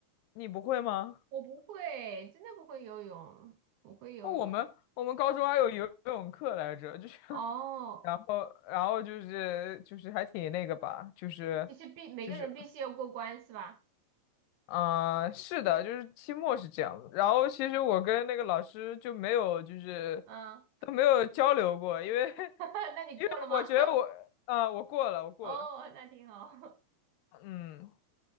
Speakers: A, on the left; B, on the right.
A: 你不会吗？
B: 我不会，真的不会游泳，不会游泳。
A: 哦，我们我们高中还有游泳课来着，就是，
B: 哦，
A: <laughs> 然后然后就是就是还挺那个吧，就是
B: 就是必每个人必须要过关是吧？
A: 就是啊、是的，就是期末是这样的。然后其实我跟那个老师就没有，就是
B: 嗯，
A: 都没有交流过，因为 <laughs>
B: <laughs> 那你过了吗？
A: 因为我觉得我，啊、我过了，
B: <laughs>
A: 我过了，
B: 哦，那挺好。
A: 嗯，